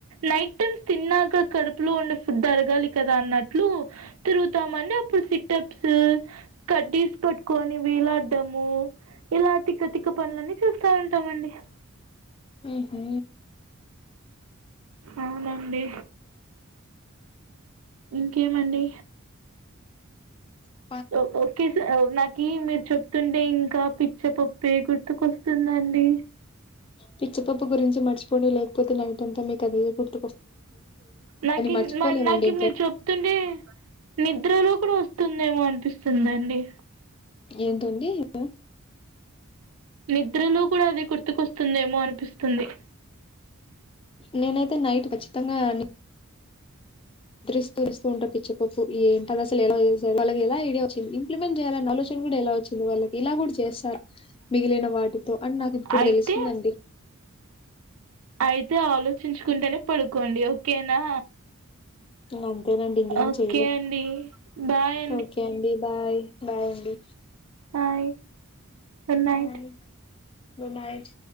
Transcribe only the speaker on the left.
ఉహు
ఉ
పిచ్చపప్పు గురించి మర్చిపోండి లేకపోతే నైట్ అంతా మీకు అదే చె
మర్చిపోలేమండి
ఇంకా
ఏంతుంది అ
నేనైతే నైట్ ఖచ్చితంగా అం స్తు స్తు ఉంటారు పిచ్చ పప్పు ఏంటది అస ఎలా చేషారు వాళ్ళకి ఎలా ఐడియా వచ్చింది ఇంప్లిమెంట్ చేయాలన ఆలోచన ఎలా వచ్చింది వాళ్ళకి ఇలా కూడా చేస్తారు మిగిలిన వాటి అని నాకు ఇప్పుడు
తెలుస్తుందండి
అంతేనండి ఇంక ఏం
చెయ్యలే
ఓకే అండి బాయ్ బాయ్ అండి
bye good night